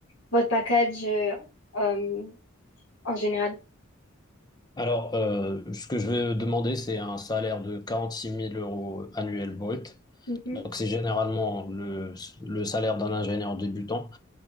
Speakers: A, on the left (about 75°); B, on the left (about 20°).
A: votre package euh, euh, en général?
B: Alors, euh, ce que je vais demander, c'est un salaire de 46 000 euros annuel brut.
A: Mhm.
B: Donc, c'est généralement le, le salaire d'un ingénieur débutant.